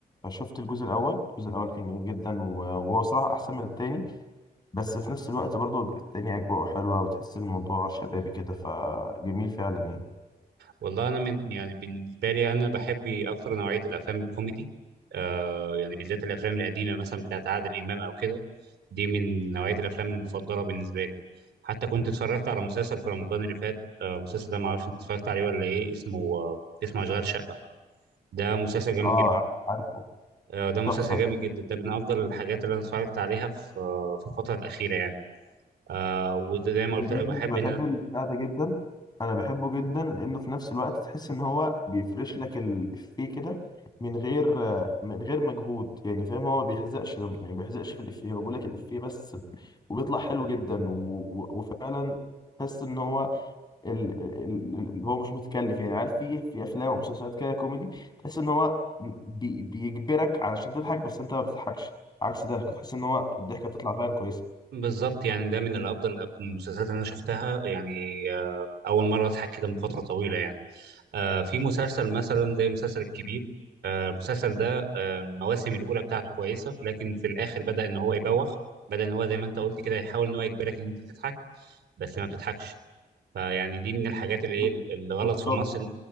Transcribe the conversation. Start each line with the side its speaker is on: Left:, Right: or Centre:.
Left: شفت الجزء الاول الجزء الاول كان جميل جدا و- وهو صراحة احسن من التاني بس في نفس الوقت برضو التاني اجواءه حلوة وتحس الموضوع شبابي كده فجميل فعلا يعني
Right: والله انا من يعني بالنسبه لي انا بحب اكتر نوعيه الافلام الكوميدي آه يعني بالذات الافلام القديمه مثلا بتاعت عادل امام او كده دي من نوعيه الافلام المفضله بالنسبه لي حتى كنت اتفرجت على مسلسل في رمضان اللي فات آه، المسلسل ده ما اعرفش انت اتفرجت عليه ولا ايه اسمه آه، اسمه اشغال شقه ده مسلسل جامد
Left: اه
Right: جدا
Left: عارفه
Right: آه، ده مسلسل
Left: تحفة
Right: جامد جدا ده من افضل الحاجات اللي انا اتفرجت عليها في آه، في الفتره الاخيره يعني آه وده زي ما
Left: بجد
Right: قلت لك
Left: انا
Right: بحب ان
Left: بحب
Right: أنا-
Left: البتاع ده جدا انا بحبه جدا لانه في نفس الوقت تحس ان هو بيفرش لك الافيه كده من غير من غير مجهود يعني فاهم هو ما بيحزقش لما يعني ما بيحزقش في الافيه هو بيقول لك الافيه بس وبيطلع حلو جدا و... و... وفعلا تحس ان هو ال... ال... ال... ال- هو مش متكلف يعني عارف في في افلام ومسلسلات كده كوميدي تحس ان هو بي... بيجبرك علشان تضحك بس انت ما بتضحكش عكس ده تحس ان هو الضحكه بتطلع فعلا كويسه
Right: بالظبط يعني ده من الافضل المسلسلات اللي انا شفتها يعني آه، اول مره اضحك كده من فتره طويله يعني آه في مسلسل مثلا زي مسلسل الكبير آه المسلسل ده المواسم الاولى بتاعته كويسه لكن في الاخر بدا ان هو يبوخ بدا ان هو زي ما انت قلت كده يحاول ان هو يجبرك ان انت تضحك بس ما بتضحكش فيعني دي من الحاجات اللي
Left: بال-
Right: ايه اللي غلط
Left: بالظبط
Right: في مصر